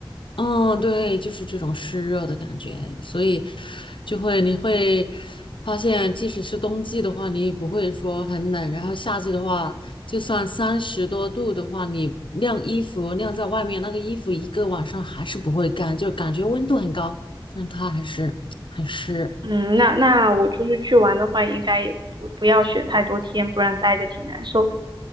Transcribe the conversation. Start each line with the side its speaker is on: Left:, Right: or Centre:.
Left: 嗯，对，就是这种湿热的感觉，所以就会你会发现，即使是冬季的话，你也不会说很冷，然后夏季的话，就算三十多度的话，你晾衣服晾在外面，那个衣服一个晚上还是不会干，就感觉温度很高，但它还是很湿。
Right: 嗯，那那我就是去玩的话，应该也不不要选太多天，不然待着挺难受的。